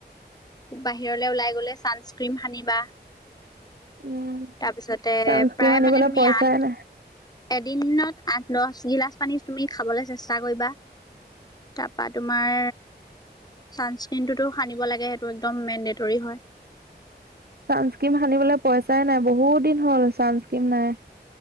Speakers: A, on the left; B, on the right.
A: বাহিৰলৈ ওলাই গলে ছানস্ক্ৰীম সানিবা।
B: উম।
A: তাৰপিছতে
B: চানস্ক্ৰীম
A: প্ৰায়
B: আনিবলৈ
A: মানে তুমি
B: পইচাই
A: আঠ
B: নাই
A: এদিনত আঠ দহ গিলাচ পানী তুমি খাবলৈ চেষ্টা কৰিবা। তাৰপা তোমাৰ চানস্্ৰ্ৰীন টোতো সানিব লাগে সেইটো একদম মেডেটৰী হয়।
B: চানস্ক্ৰীম সানিবলৈ পইচাই নাই বহুত দিন হ'ল ছানস্ক্ৰীম নাই।